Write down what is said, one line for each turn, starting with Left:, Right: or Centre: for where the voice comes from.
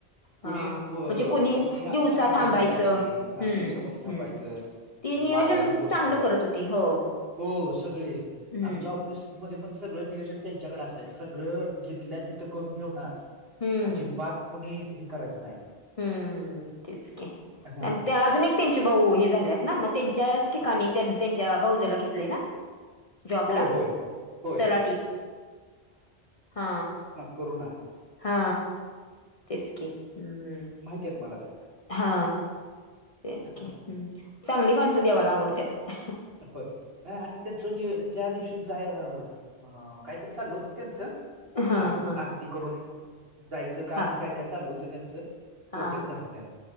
Right: कुणी
Left: हा
Right: अ
Left: म्हणजे कुणी
Right: आ-
Left: दिवसा
Right: रांगोळी
Left: थांबायचं
Right: काढायची
Left: हम्म
Right: हा दिवसा कोणी थांबायचं
Left: हम्म ती नियोजन
Right: वाढायला कोण
Left: चांगलं
Right: कोण
Left: करत होती हो
Right: हो सगळे
Left: हम्म
Right: आमच्या ऑफिसमध्ये पण सगळं नियोजन त्यांच्याकडे असायच सगळं जितल्या तिथ करून ठेवणार
Left: हम्म
Right: अजीबात कोणी हे करायचं नाही
Left: हम्म तेच
Right: हा
Left: आणी ते अजून एक त्यांचे भाऊ हे झाल्यात ना मग त्यांच्याच ठिकाणी त्यांच्या भाऊजयाला घेतलेत ना? जॉबला
Right: होय होय होय
Left: तलाटी हा
Right: करूना
Left: हा तेच कि हम्म.
Right: तेत मला त्या
Left: हा तेच
Right: हा
Left: की चांगली माणसं देवाला आवडतात
Right: होय नाही आणि त्यां चूनी त्या दिवशी जाय अ काहीतरी चालल होत त्यांचं
Left: हा
Right: आर
Left: हा
Right: आर ती करून जायचं का
Left: हा
Right: असं काय काय चालल होतं त्यांचं तोपर्यंत
Left: हा
Right: झाला त्या